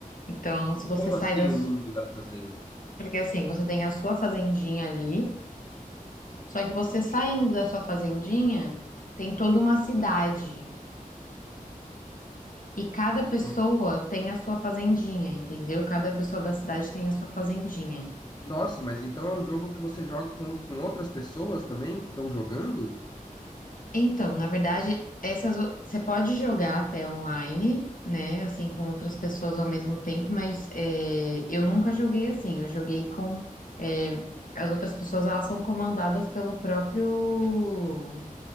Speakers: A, on the left (about 70°); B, on the left (about 30°).
A: Então, se você
B: Como
A: sai
B: assim
A: das.
B: o mundo da fazenda?
A: Porque assim, você tem a sua fazendinha ali, só que você saindo da sua fazendinha, tem toda uma cidade. E cada pessoa
B: Hum,
A: tem a sua fazendinha, entendeu? Cada pessoa da cidade tem a sua fazendinha.
B: Nossa, mas então é um jogo que você joga com, com outras pessoas também que estão jogando?
A: Então, na verdade, essas o- você pode jogar até online, né? Assim, com outras pessoas ao mesmo tempo, mas é, eu nunca joguei assim. Eu joguei com é, as outras pessoas, elas são comandadas pelo próprio.